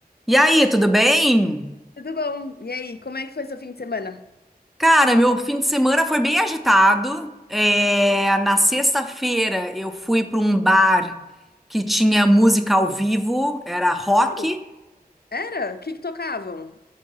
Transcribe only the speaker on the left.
Tudo bom? E aí, como é que foi seu fim de semana?
Conta.
um
pouquinho. Era? O que que tocavam?